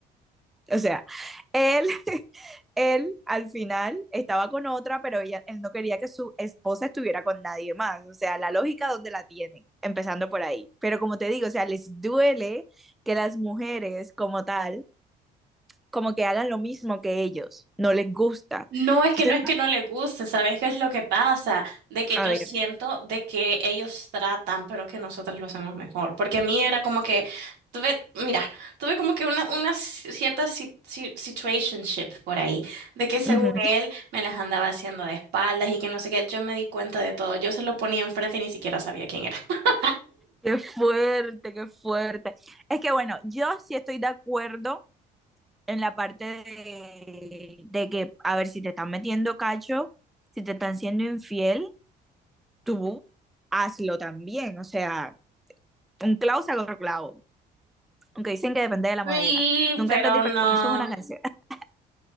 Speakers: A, in the centre; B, on the right.
A: O sea, él, <laughs> él al final estaba con otra, pero ella, él no quería que su esposa estuviera con nadie más. O sea, la lógica donde la tienen, empezando por ahí. Pero como te digo, o sea, les duele que las mujeres como tal como que hagan lo mismo que ellos, no les gusta.
B: No es que
A: Entonces,
B: no es que no le guste, ¿sabes qué es lo que pasa? De que
A: a
B: yo
A: ver,
B: siento de que ellos tratan, pero que nosotros lo hacemos mejor. Porque a mí era como que tuve, mira, tuve como que una, una ci- cierta si- si- situationship por ahí, de que según
A: ujú,
B: él me las andaba haciendo de espaldas y que no sé qué, yo me di cuenta de todo, yo se lo ponía enfrente y ni siquiera sabía quién era. <laughs>
A: Qué fuerte, qué fuerte. Es que bueno, yo sí estoy de acuerdo en la parte de, de que, a ver, si te están metiendo cacho, si te están siendo infiel, tú hazlo también. O sea, un clavo saca otro clavo. Aunque dicen que depende de la
B: Sí,
A: madera. Nunca
B: pero
A: entendí,
B: no,
A: pero bueno, eso es una canción. <laughs>